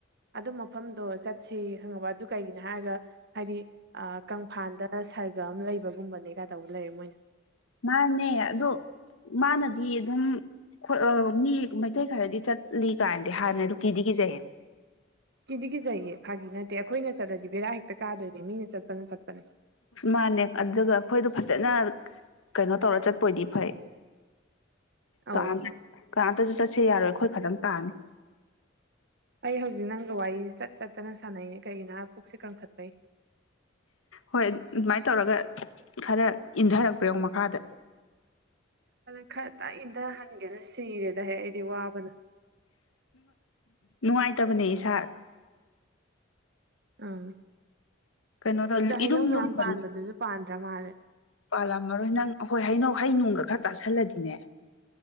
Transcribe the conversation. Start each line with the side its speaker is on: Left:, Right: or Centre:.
Right: ꯑꯗꯨ ꯃꯐꯝꯗꯣ ꯆꯠꯁꯤꯌꯦ ꯈꯪꯉꯕ ꯑꯗꯨ ꯀꯩꯒꯤꯅꯣ ꯍꯥꯏꯔꯒ ꯍꯥꯏꯗꯤ ꯑꯥ ꯀꯪꯐꯥꯟꯗ ꯁꯔꯒ ꯑꯃꯥ ꯂꯩꯕꯒꯨꯝꯕꯅꯦꯒ ꯇꯧ ꯂꯩꯔꯦ ꯃꯣꯏꯅ
Left: ꯃꯥꯅꯦ ꯑꯗꯣ ꯃꯥꯅꯗꯤ ꯑꯗꯨꯝ ꯍꯣꯏ ꯃꯤ ꯃꯩꯇꯩ ꯈꯔꯗꯤ ꯆꯠꯂꯤ ꯀꯥꯏꯅꯗꯤ ꯍꯥꯏꯕꯅꯦ ꯑꯗꯨꯨ ꯀꯤꯗꯤ ꯀꯤꯖꯩꯌꯦ
Right: ꯀꯤꯗꯤ ꯀꯖꯩꯌꯦ ꯐꯥꯈꯒꯤ ꯅꯠꯇꯦ ꯑꯩꯈꯣꯏꯅ ꯆꯠꯂꯗꯤ ꯕꯦꯔꯥ ꯍꯦꯛꯇ ꯀꯥꯗꯣꯏꯅꯦ ꯃꯤꯅ ꯆꯠꯄꯅ ꯆꯠꯄꯅꯤ
Left: ꯃꯥꯅꯦ ꯑꯗꯨꯒ ꯑꯩꯈꯣꯏꯗꯣ ꯐꯥꯖꯅ ꯀꯩꯅꯣ ꯇꯧꯔ ꯆꯠꯄ ꯑꯣꯏꯗꯤ ꯐꯩ
Right: ꯑꯧ
Left: ꯀꯥꯝ ꯀꯅꯥꯝꯇꯁꯨ ꯆꯠꯁꯦ ꯌꯥꯔꯣꯏ ꯑꯩꯈꯣꯏ ꯇꯪ ꯇꯥꯅꯤ
Right: ꯑꯩ ꯍꯧꯖꯤꯛ ꯅꯪꯒ ꯋꯥꯔꯤ ꯆꯠ ꯆꯠꯇꯅ ꯁꯥꯟꯅꯩ ꯀꯩꯒꯤꯅꯣ ꯍꯥꯏ ꯄꯨꯛꯁꯦ ꯀꯟꯈꯠꯄꯩ
Left: ꯍꯣꯏ ꯑꯗꯨꯃꯥꯏꯟ ꯇꯧꯔꯒ ꯈꯔ ꯏꯟꯊꯔꯛꯄ ꯌꯦꯡꯎ ꯃꯈꯥꯗ
Right: ꯑꯗꯨꯗ ꯈꯔ ꯇꯥꯛꯏꯗ ꯁꯤꯔꯦꯗ ꯍꯦ ꯑꯩꯗꯤ ꯋꯥꯕꯅ
Left: ꯅꯨꯡꯉꯥꯏꯇꯕꯅꯦ ꯏꯁꯥ
Right: ꯑꯥ
Left: ꯀꯩꯅꯣ ꯇꯧ
Right: ꯁꯤꯗ ꯍꯩꯅꯧ
Left: ꯏꯔꯨꯝ
Right: ꯃꯌꯥꯝ
Left: ꯂꯨꯝꯕꯅꯦ
Right: ꯄꯥꯟꯕꯗꯨꯁꯨ ꯄꯥꯟꯗ꯭ꯔꯥ ꯃꯥꯜꯂꯦ
Left: ꯄꯥꯜꯂꯝꯃꯔꯣꯏ ꯅꯪ ꯍꯣꯏ ꯍꯩꯅꯧ ꯍꯩꯅꯣꯡꯒ ꯈꯔ ꯆꯥꯥꯁꯜꯂꯗꯤꯅꯦ